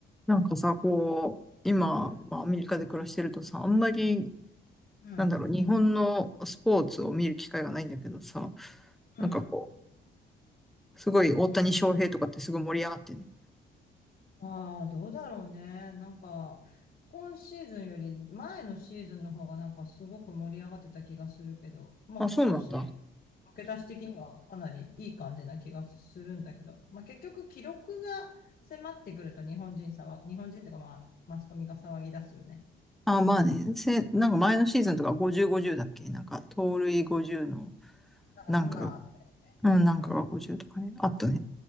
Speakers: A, in the centre; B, on the left.
A: なんかさ、こう、今、
B: うん、
A: まあ、アメリカで暮らしてるとさ、あんまり、
B: うん、
A: なんだろう、日本のスポーツを見る機会がないんだけどさ、
B: うん。
A: なんかこう、すごい大谷翔平とかってすごい盛り上がってる。
B: ああ、どうだろうね。なんか、今シーズンより前のシーズンの方がなんかすごく盛り上がってた気がするけど、まあ今シーズン
A: あ、そうなんだ。
B: 駆け出し的にはかなりいい感じな気がするんだけど、まあ結局記録が迫ってくると日本人さわ、日本人とかまあマスコミが騒ぎ出すよね。
A: あ、まあね、せ、なんか前のシーズンとか50、50だっけなんか、盗塁50の、
B: なんかそんなんあったよ。
A: なんかが、うん、
B: うん、
A: なんかが50とかね、
B: うん、
A: あったね。